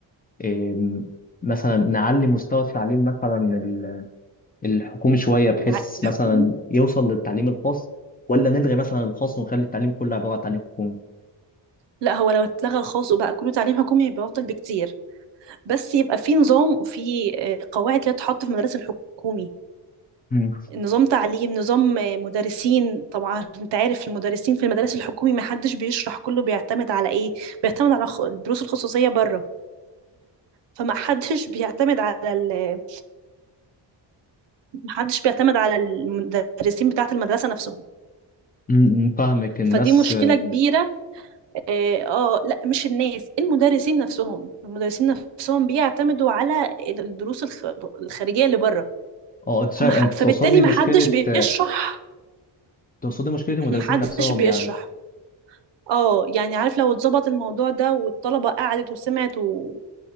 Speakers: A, on the left; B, on the right.
A: إيه، مثلا نعلي مستوى التعليم مثلا الحكومي شوية
B: الع-
A: بحيث
B: الحكومي
A: مثلا يوصل للتعليم الخاص ولا نلغي مثلا الخاص ونخلي التعليم كله عبارة عن تعليم حكومي
B: لا هو لو اتلغى الخاص وبقى كله تعليم حكومي يبقى افضل بكتير بس يبقى في نظام وفي آه، قواعد كده تحط في المدرسه الحكومي
A: مم.
B: نظام تعليم نظام مدرسين طبعا انت عارف المدرسين في المدارس الحكومي ما حدش بيشرح كله بيعتمد على ايه بيعتمد على خ- الدروس الخصوصية بره فما حدش بيعتمد على ال... ما حدش بيعتمد على المدرسين بتاعة المدرسة نفسهم
A: مم، فاهمك الناس
B: فدي مشكلة كبيرة اه آه، لا مش الناس المدرسين نفسهم المدرسين نفسهم بيعتمدوا على الدروس الخ... الخارجية اللي بره
A: اه انت شا-
B: فما ح...
A: انت
B: فبالتالي
A: تقصدي
B: ما
A: مشكلة
B: حدش بيشرح
A: آه، تقصدي مشكلة المدرسين
B: ما حدش
A: نفسهم
B: بيشرح
A: يعني
B: اه يعني عارف لو اتظبط الموضوع ده والطلبة قعدت وسمعت و...